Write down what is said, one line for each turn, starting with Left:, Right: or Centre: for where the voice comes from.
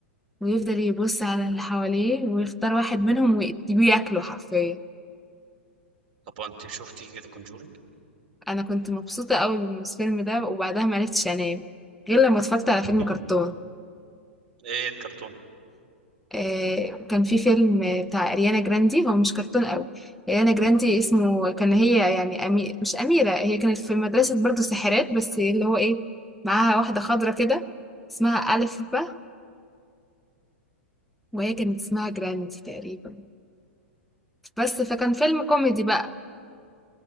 Centre: ويفضل يبص على اللي حواليه ويختار واحد منهم ويديه ياكله حرفيا
Right: طب وانت شفتي ذا كونجورينج
Centre: انا كنت مبسوطه قوي بالفيلم ده وبعدها ما عرفتش انام غير لما اتفرجت على فيلم
Right: <laughs>
Centre: كرتون
Right: ايه الكرتون
Centre: آه كان في فيلم بتاع اريانا جراندي هو مش كرتون قوي اريانا جراندي اسمه كان هي يعني أمي... مش اميره هي كانت في مدرسه برضو ساحرات بس اللي هو ايه معاها واحده خضرة كده اسمها ألف ب وهي كانت اسمها جراندي تقريبا بس فكان فيلم كوميدي بقى